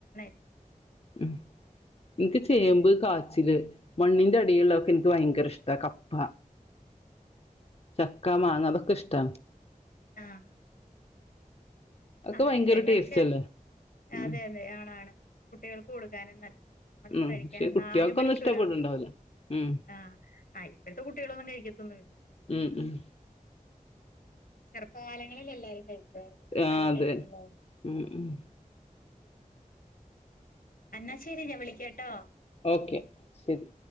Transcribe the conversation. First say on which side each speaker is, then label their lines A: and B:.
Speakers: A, on the left; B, on the left.
A: റ്റവും കൂടുതല്
B: ഉം ഇൻക്ക് ചേമ്പ് കാച്ചില് മണ്ണിന്റെ അടിയിലുള്ളൊക്ക എക്ക് ഭയങ്കര ഇഷ് ത കപ്പ ചക്ക മാങ്ങ അതൊക്കെ ഇഷ്ടാണ്
A: ആഹ് ആഹ് ആഹ്
B: ഒക്കെ
A: ആ
B: ഭയങ്കര
A: ചിലർക്ക്
B: ടേസ്റ്റ് അല്ലേ
A: അതെ
B: ഉം
A: അതെ ആണാണ് കുട്ടികൾക്ക് കൊടുക്കാനും നല്ലതാ നമ്മൾക്ക്
B: ഉം
A: കഴിക്കാൻ
B: പക്ഷെ കുട്ടികൾക്കൊന്നും
A: നാല് മണിക്കൊരു
B: ഇഷ്ടപ്പെട്ടുണ്ടാവില്ല ഉം
A: ആ ആ ഇപ്പോഴത്തെ കുട്ടികളൊന്നും കഴിക്കത്തൊന്നുമില്ല
B: ഉം ഉം
A: ചെറുപ്പകാലങ്ങളിൽ എല്ലരും കഴിക്കാർന്ന് ഇപ്പ
B: ആ
A: ആരും
B: അതെ
A: കഴിക്കില്ല അതൊന്നും
B: ഉം ഉം
A: അന്നാശരി ഞാൻ വിളിക്കട്ടോ
B: ഓക്കെ ശരി